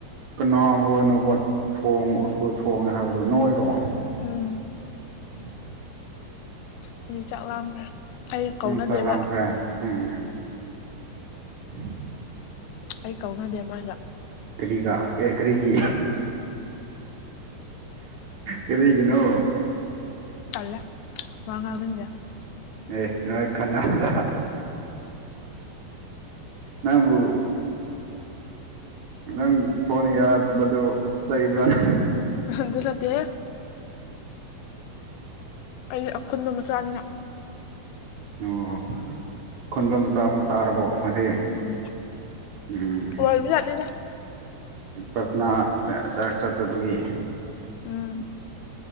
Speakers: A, on the right; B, on the left.
A: ꯀꯅꯥ ꯍꯣꯏꯅ‌ꯣꯕ ꯊꯣꯡ ꯎꯁ‌ꯣꯏ ꯊꯣꯡꯉꯦ ꯍꯥꯏꯕꯗꯨꯣ ꯅꯣꯏꯔ‌ꯣ
B: ꯎꯝ
A: <inaudible>
B: ꯁꯤꯗꯤ ꯆꯥꯛ ꯂꯥꯝꯈ꯭ꯔꯦ ꯑꯩ ꯀꯧꯅꯗꯦꯕ
A: ꯅꯪ ꯆꯥꯛ ꯂꯥꯝꯈ꯭ꯔꯦ ꯎꯝ ꯎꯝ
B: ꯑꯩ ꯀꯧꯅꯗꯦ ꯃꯣꯏꯒ
A: ꯀꯔꯤꯒ ꯀꯔꯤꯒꯤ ꯀꯔꯤꯒꯤꯅꯣ
B: ꯇꯂꯦ ꯋꯥ ꯉꯥꯡꯅꯤꯡꯗ‌ꯦ
A: ꯑꯦ ꯅꯣꯏ ꯈꯟꯅꯕ꯭ꯔꯥ ꯅꯪꯕꯨ ꯅꯪ ꯐꯣꯟ ꯌꯥꯗꯕꯗꯨ ꯆꯩꯕ꯭ꯔꯥꯅ
B: ꯍ ꯑꯗꯨ ꯅꯠꯇꯦꯍ‌ꯦ ꯑꯩ ꯑꯈꯨꯟꯕ ꯃꯆꯥꯅꯤꯅ
A: ꯑꯣ ꯈꯨꯟꯕ ꯃꯆꯥ ꯃꯨꯛ ꯇꯥꯔꯕꯣ ꯃꯁꯦ
B: ꯎꯝ
A: ꯎꯝ
B: ꯑꯣꯏꯕꯖꯥꯠꯅꯤꯗ
A: ꯄ꯭ꯔꯊꯅꯥ ꯆꯔꯁ ꯆꯠꯇꯕꯒꯤ
B: ꯎꯝ